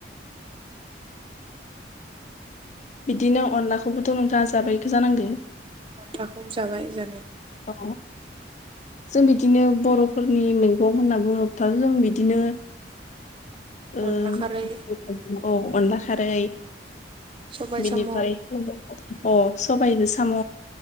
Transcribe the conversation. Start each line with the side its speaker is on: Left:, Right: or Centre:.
Left: बिदिनो अनलाखौबोथ नोंथाङा जाबायखो जानांगौ
Right: अनलाखौबो जाबाय जानाया
Left: औ जों बिदिनो बरफोरनि मैगं होनना बुङोबाथाय जों बिदिनो
Right: <inaudible>
Left: ओ
Right: अनला खारै
Left: औ अनला खारै
Right: सबाय
Left: बिनिफ्राय
Right: साम'
Left: ओ सबायजों सा साम'